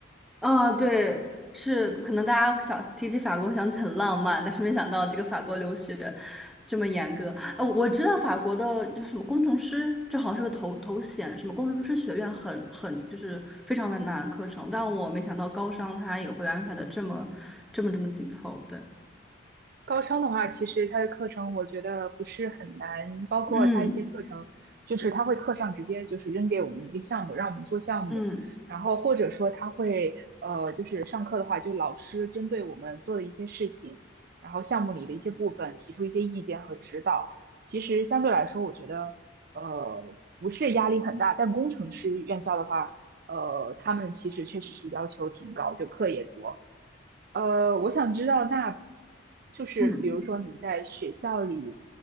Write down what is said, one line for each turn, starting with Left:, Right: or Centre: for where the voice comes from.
Centre: 啊，对，是可能大家会想提起法国会想起很浪漫，但是没想到这个法国留学这么严格。呃，我知道法国的就什么工程师，这好像是个头头衔，什么工程师学院很很就是非常难的课程，但我没想到高商它也会安排的这么这么这么紧凑。对，
Right: 高昌的话，其实他的课程我觉得不是很难，包括他一些课程，
Centre: 嗯
Right: 就是他会课上直接就是扔给我们一个项目，让我们做项目，
Centre: 嗯
Right: 然后或者说他会呃，就是上课的话，就老师针对我们做的一些事情，然后项目里的一些部分提出一些意见和指导。其实相对来说，我觉得呃不是压力很大，但工程师院校的话。呃，他们其实确实是要求挺高，就课也多。呃，我想知道，那就是比如说你在学校里，
Centre: 嗯，